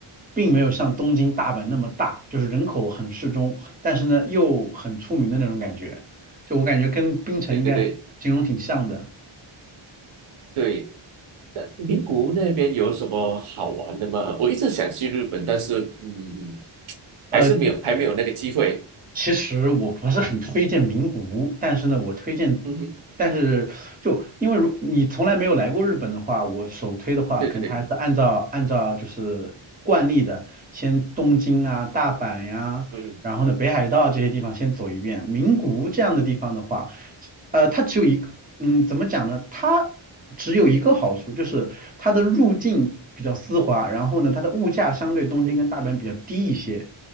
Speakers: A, on the right (about 15°); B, on the right (about 80°).
A: 并没有像东京、大阪那么大，就是人口很适中，但是呢又很出名的那种感觉。就我感觉跟冰城应该形容挺像的。
B: 对对对对。那名古屋那边有什么好玩的吗？我一直想去日本，但是嗯，
A: 呃，
B: 还是没有，还没有那个机会。
A: 其实我不是很推荐名古屋，但是呢，我推荐，
B: 嗯哼，
A: 但是就因为如你从来没有来过日本的话，我首推的话，
B: 对对对，
A: 可能还是按照按照就是惯例的，先东京啊、大阪呀、
B: 嗯
A: 然后呢北海道这些地方先走一遍。名古屋这样的地方的话，呃，它只有一个，嗯，怎么讲呢？它只有一个好处，就是它的入境比较丝滑，然后呢，它的物价相对东京跟大阪比较低一些。
B: 嗯哼